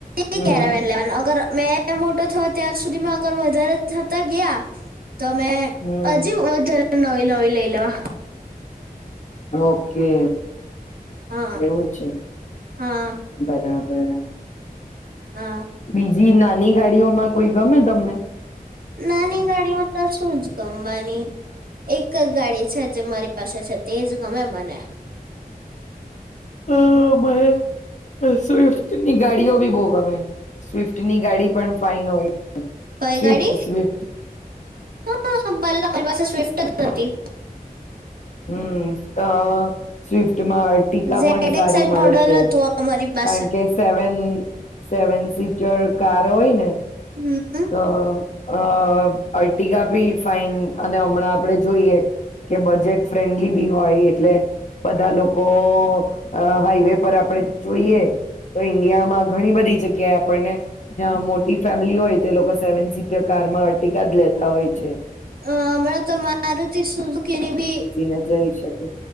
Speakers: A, on the left (about 50°); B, on the right (about 70°).
A: હમ
B: એ કેરાન લેવન અગર મેં મોટો થયો ત્યાર સુધીમાં આગળ વધારે થતા ગયા. તોમે
A: હમ
B: હજી વધારે નોવી નવી લઈ લેવા.
A: ઓકે
B: હા
A: એવું છે,
B: હા
A: બરાબર.
B: હા
A: <unintelligible> જી નાની ગાડીઓમાં કોઈ ગમે તમને?
B: નાની ગાડીઓમાં તો શું જ ગમવાની એક જ ગાડી છે જે મારી પાસે છે તે જ ગમે મને.
A: હા બવ. <inaudible> સ્વિફ્ટ ની ગાડીઓ બી બો ગમે. સ્વિફ્ટ ની ગાડી પણ ફાાઈન હોય.
B: કઈ
A: સ્વિફ્ટ,
B: ગાડી
A: સ્વિફ્ટ.
B: હા ભલે અરી પાસે સ્વિફ્ટ જ હતી.
A: હમ્મ, અ સ્વિફ્ટ ટકાા
B: ઝેડ
A: પણ સારી
B: એક્સ આઈ
A: મળે
B: મોડલ
A: છે,
B: હતું અમારી પાસે
A: કારણ કે સેવન સેવન સીચર કાર હોય ને.
B: હમ
A: તો. અ અર્ટગા ભી ફાઈન અને હમણાં આપડે જોઈએ, કે બજેટ ફ્રેન્ડલી બી હોય એટલે, બધા લોકો હાઈવે પર આપણે જોઈએ તો ઈન્ડિયામાં ઘણી બધી જગ્યાએ આપણને. મોટી ફેમિલી હોય. તે લોકો સેવન સીટર કારમાં અટીકા જ લેતા હોય છે.
B: અ હમણાં તો મારુતિ શુંઝૂકેની બી
A: ને જઈ શકે.